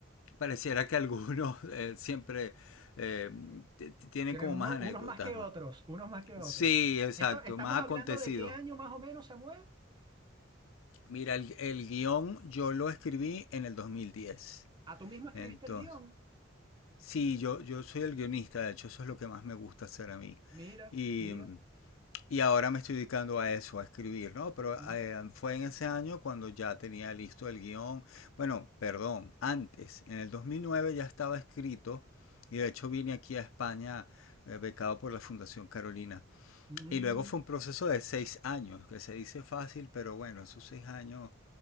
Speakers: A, on the left; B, on the right.
A: pareciera que algunos <laughs> eh, siempre eh, tienen
B: Tienen
A: como más
B: mo-
A: anécdotas
B: unos más que otros,
A: más.
B: unos más que otros.
A: Sí, exacto,
B: Esto, estamos
A: más
B: hablando
A: acontecidos.
B: de qué año más o menos, Samuel.
A: Mira, el, el guión yo lo escribí en el 2010.
B: ¿A tú mismo escribiste
A: Entonces,
B: el guión?
A: sí, yo, yo soy el guionista, de hecho eso es lo que más me gusta hacer a mí.
B: Mira,
A: Y
B: mira.
A: mm, Y ahora me estoy dedicando a eso, a escribir, ¿no? Pero
B: Mm,
A: eh, fue en ese año cuando ya tenía listo el guión. Bueno, perdón, antes, en el 2009 ya estaba escrito y de hecho vine aquí a España eh, becado por la Fundación Carolina.
B: mm.
A: Y luego fue un proceso de seis años, que se dice fácil, pero bueno, esos seis años,